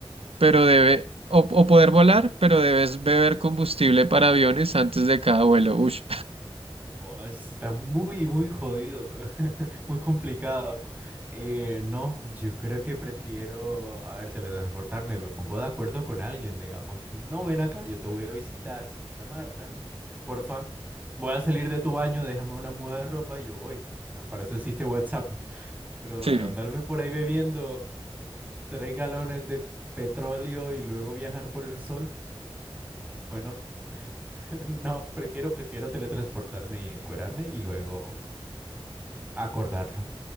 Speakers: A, on the right; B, on the right.
A: pero debe, o, o poder volar, pero debes beber combustible para aviones antes de cada vuelo. Ush,
B: <laughs> oh, está muy, muy jodido, <laughs> muy complicado. Eh, no, yo creo que prefiero, a ver, teletransportarme, me pongo de acuerdo con alguien, digamos. No, ven acá, yo te voy a visitar, Santa Marta. Porfa, voy a salir de tu baño, déjame una muda de ropa y yo voy. O sea, para eso existe WhatsApp. Pero
A: <laughs> sí,
B: eh, andarme por ahí bebiendo, tres galones de petróleo y luego viajar por el sol. Bueno, <laughs> no, prefiero, prefiero teletransportarme y encuerarme y luego acordarlo.